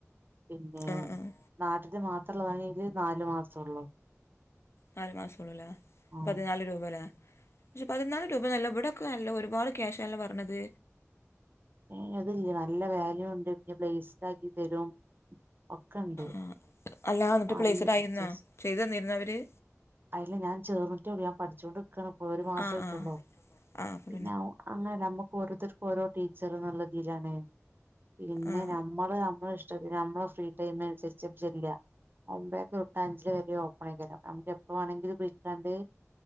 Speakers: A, on the right; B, on the left.
A: പിന്നെ
B: ആഹ് ആഹ്
A: നാട്ടിത്തെ മാത്രള്ളതാണെങ്കിൽ നാലു മാസം ഒള്ളൂ
B: നാല് മാസം ഒള്ളൂലേ
A: ഉം
B: പതിനാല് രൂപ ലെ പക്ഷേ പതിനാല് രൂപ നല്ല ഇവിടെയൊക്കെ നല്ല ഒരു പാട് ക്യാഷ് ആല്ല പറഞ്ഞത്.
A: ഏഹ് അതിയില്ല നല്ല വാല്യൂ ഉണ്ട് പിന്നെ പ്ലേസ്ഡ് ആക്കി തരും. ഒക്കണ്ട്,
B: ആഹ് അല്ലാ എന്നിട്ട്
A: ആരുല്ല
B: പ്ലേസ്ഡ്
A: ടീച്ചേഴ്സ്.
B: ആയിരുന്നോ ചെയ്ത് തന്നിരുന്നോ അവര്
A: അതിൽ ഞാൻ ചേർന്നിട്ടൊള്ളൂ ഞാൻ പഠിച്ചൊണ്ട് നിൽക്കാണ് ഒരു മാസം
B: ആ
A: ആയിട്ടൊള്ളൂ
B: ആ ആ അപ്പൊ
A: പിന്നെ അങ്ങനെ നമ്മുക്ക് ഓരോത്തർക്കും ഓരോ ടീച്ചർ നല്ല രീതിയിലാണ്. പിന്നെ
B: ആ ആ
A: നമ്മൾ നമ്മൾ ഇഷ്ടത്തിന് നമ്മളെ ഫ്രീ ടൈമിൽ അനുസരിച്ചില്ല അപ്പോ തൊട്ട് അഞ്ചിൽവരെ ഓപ്പൺ ആക്കിതരാം നമുക്ക് എപ്പോ വേണമെങ്കിലും വിളിക്കാണ്ട്